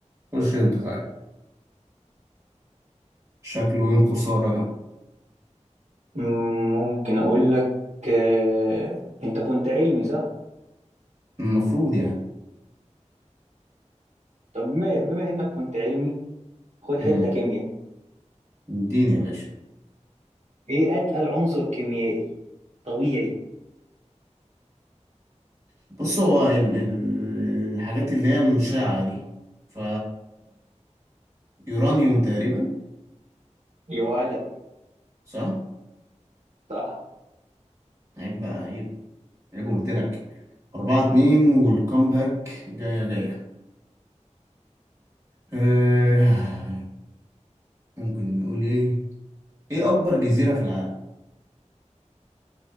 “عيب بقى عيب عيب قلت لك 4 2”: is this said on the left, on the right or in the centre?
Right